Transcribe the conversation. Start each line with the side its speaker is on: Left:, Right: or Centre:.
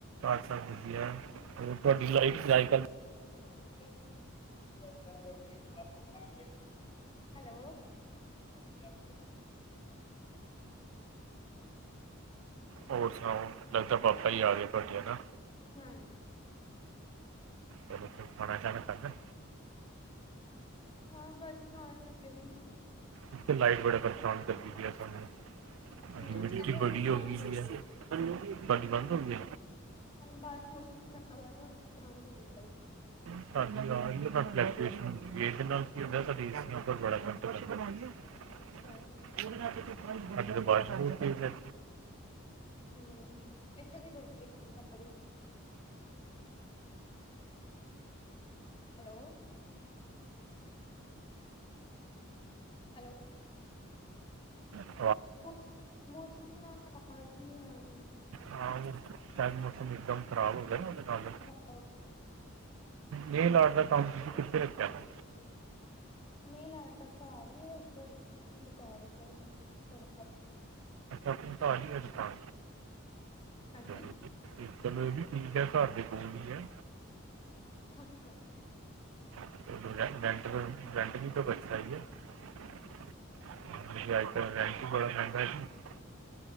Right: ਸਭ ਵਧੀਆ ਹੋਰ ਤੁਹਾਡੀ ਲਾਈਫ ਅੱਜ
Left: ਚੱਲ ਠੀਕ ਆਈਏ ਹੈਲੋ ਆਪਣੀ ਆਪ
Right: ਹੋਰ ਸੁਣਾਓ ਲੱਗਦਾ ਪਾਪਾ ਜੀ ਆ ਗਏ ਤਡੇ ਨਾ
Left: ਹਾਂਜੀ
Right: ਹੋ ਤੂ ਖਣਾਚਾਨਾ ਖਾਦਾ ਐ
Left: ਹਾਂ ਬਸ ਖਾਣ ਲੱਗੇ ਨੇ
Right: ਇੱਕ ਤੇ ਲਾਈਟ ਬੜਾ ਪਰੇਸ਼ਾਨ ਕਰਦੀ ਪੀ ਏ ਸਾਨੂੰ। ਅੱਜ
Left: ਹੂੰ
Right: ਬਿਜਲੀ ਏੱਥੇ
Left: ਇੱਥੇ ਵੀ
Right: ਬੜੀ <unintelligible>
Left: ਬੰਦ ਹੋ ਗਈ ਹੈ
Right: ਤੁਡੀ ਬੰਦ ਹੋ ਗਈ ਏ
Left: ਬਾਹ ਮੌਸਮ ਖਰਾਬ ਹੋਇਆ ਦਾ ਬੰਦ ਹੋ ਗਈ ਲਾਈਟ
Right: ਨਾਲ ਹ ਏ ਬ
Left: ਅੱਛਾ
Right: ਸਾਡੇ ਤਾਂ ਬਾਰਸ ਬੁਰਸ ਪਈ ਇਥੇ
Left: ਹਮ ਇਥੇ ਵੀ ਬੜੀ ਪਈ ਬਾਰਸ ਹੈਲੋ ਹੈਲੋ
Right: ਹ
Left: ਸ ਮੌਸਮ ਨਾ ਲਾਜ਼ਮੀ ਆ ਗਈ
Right: ਹਾਂ ਸ਼ਾਇਦ ਮੌਸਮ ਇਕਦਮ ਖ਼ਰਾਬ ਹੋ ਗਿਆ ਨਾ ਉਹਦੇ ਨਾਲ
Left: ਹਾਂ
Right: ਮ ਲਾਡ ਦਾ ਕੰਮ ਤੁਸੀਂ ਕਿੱਥੇ ਰੱਖਿਆ ਵਾ
Left: ਨਈ ਲਾਡਾ ਘਰ ਈ ਏ ਉੱਪਰ ਦੁਕਾਨ ਤੇ ਖੋਲ
Right: ਅੱਛਾ ਜੀ ਅੱਛਾ।
Left: ਹਾਂਜੀ
Right: ਇੱਕ ਗੱਲ ਐਵੀ ਠੀਕ ਐ ਘਰ ਦੇ ਕੋਲ ਈ ਐ।
Left: <unintelligible>
Right: <unintelligible> ਰੈਂਕ ਵੀ ਬਚਦਾ ਈ ਏ। <unintelligible>